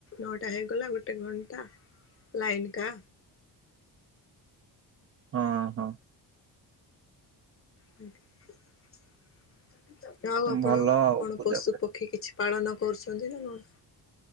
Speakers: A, on the left; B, on the right.
A: ନଅଟା ହେଇଗଲା ଗୋଟେ ଘଣ୍ଟା ଲାଇନ୍ କା
B: ଅଁ ହଁ
A: ହୁଁ ଆଉ ଆପଣ
B: ଭଲ ଆଉ
A: କଣ
B: ପୂଜା
A: ପଶୁ
B: ପୂଜା।
A: ପକ୍ଷୀ କିଛି। ପାଳନ କରୁଛନ୍ତି ନା କଣ।